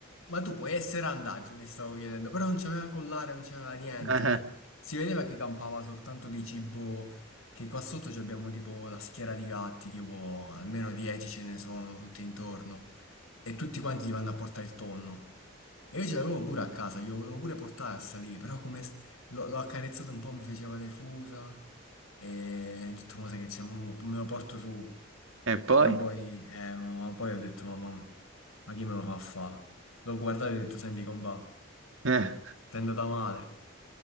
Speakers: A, on the left; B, on the right.
A: ma tu puoi essere andaggio, mi stavo chiedendo, però non c'aveva collare, non c'aveva niente.
B: <laughs>
A: Si vedeva che campava soltanto di cibo che qua sotto ci abbiamo tipo la schiera di gatti, tipo almeno 10 ce ne sono tutti intorno. E tutti quanti gli vanno a portare il tonno. E io ce l'avevo pure a casa, glielo volevo pure portare a salire, però come s- l'ho l'ho accarezzato un po' mi faceva le fusa. E ho detto, ma sai che c'è, mo me lo porto su.
B: Eh, E poi?
A: Però poi, eh, ma- ma poi ho detto, mamma, ma ma chi me lo fa fa? L'ho guardato e ho detto, senti, comba,
B: Eh,
A: ti è andata male.